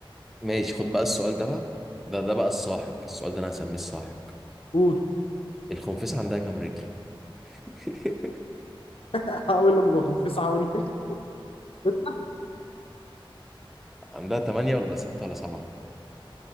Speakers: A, in the centre; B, on the left.
A: ماشي خد بقى السؤال ده بقى ده ده بقى الساحق السؤال ده انا هسميه الساحق
B: قول
A: الخنفسة عندها كام رجل <laughs>
B: <laughs> اول لما بكون في تسعه اقول لك ست
A: عندها تمانية ولا ستة ولا سبعة